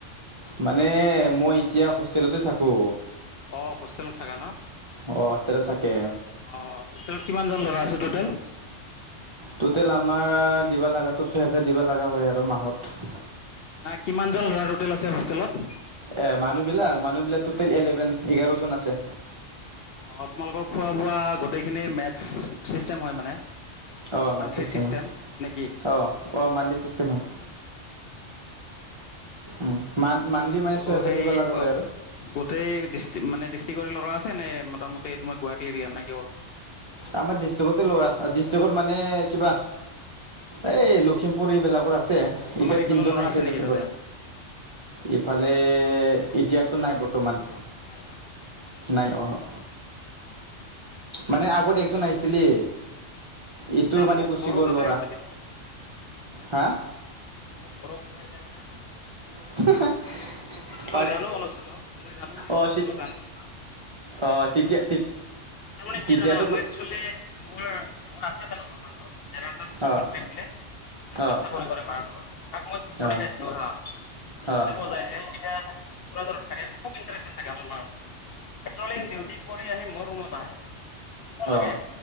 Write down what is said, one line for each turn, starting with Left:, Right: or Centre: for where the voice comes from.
Right: মানে মই এতিয়া হোষ্টেলতে থাকো।
Left: অ' হোষ্টেলত থাকা ন?
Right: অ' হোষ্টেলত থাকে।
Left: অ' হোষ্টেলত কিমান জন ল'ৰা আছে টোটেল?
Right: টোটেল আমাৰ দিব লগাটো ছয় হেজাৰ দিব লগা হয় আৰু মাহত।
Left: নাই কিমানজন ল'ৰা টোটেল আছে হোষ্টেলত?
Right: এ' মানুহ বিলাক, মানুহ বিলাক টোটেল এলেভেন, এঘাৰজন আছে।
Left: অ' তোমালোকৰ খোৱা-বোৱা গোটেইখিনি মেটচ চিষ্টেম হয় মানে?
Right: অঁ', মেথচ
Left: মান্থলি
Right: চিষ্টটেম
Left: চিষ্টেম
Right: হয়,
Left: নে কি?
Right: অঁহ', - অঁহ', মান্থলি চষ্টটেম হয়। উম। মান্থলি মানে
Left: আৰু
Right: ছয় হাজাৰ
Left: সেই
Right: দিব লগা হয়
Left: অ'
Right: আৰু।
Left: গোটেই ডিষ্টক মানে ডিষ্ট্ৰিক্টৰে ল'ৰা আছে নে মোটামুটি তোমাৰ গুৱাহাটী এৰিয়াৰ নেকি কিহৰ?
Right: আমাৰ ডিষ্টিক- ৰে ল'ৰা। ডিষ্ট্ৰিকটৰ মানে কিবা এই লখিমপুৰ এইবিলাকৰ আছে। এতিয়া
Left: এইফালৰ
Right: তিনজন
Left: ল'ৰা
Right: আহিছে
Left: আছে নেকি
Right: লখিমপুৰ।
Left: তাতে?
Right: ইফালে এতিয়াতো নাই বৰ্তমান।
Left: নাই না
Right: নাই অহ।
Left: অ'।
Right: মানে আগত একজন আহিছিলি ইটো
Left: আচ্ছা
Right: মানে
Left: মোক
Right: গুচি
Left: বড়ো
Right: গ'ল
Left: ভাষা
Right: ল'ৰা।
Left: শিকাবি না নাই?
Right: হা।
Left: মোক বড় ভাষা শিকাবি না।
Right: <unintelligible> পাৰে
Left: মই জানো অলপ চলপ মই জানো মানে
Right: অঁ
Left: মই বড়ো গান গাওঁনা। বে'
Right: অঁ
Left: জোখত
Right: তেতিয়া
Left: দিয়া আছে টো, তাৰ মানে কি
Right: তেতিয়াতো
Left: জানা মই। তেনে মোৰ মোৰ আছে তেনেকুৱা মানুহ। <unintelligible>
Right: অঁ
Left: বোলে পুলিচত
Right: অঁ
Left: চাকৰি কৰে পাৰ। ত তাক মই কি <unintelligible>
Right: অঁ
Left: শিকাইছিলো জানা সি কিতাপৰ।
Right: অঁ অঁ
Left: <unintelligible> কোকৰাঝাৰত থাকে খুব ইণ্টাৰেষ্ট আছে গানৰ ম <unintelligible> পেট্ৰলিং ডিউটি। কৰি আহি মোৰ ৰুমত আহে ক লাগে
Right: অঁ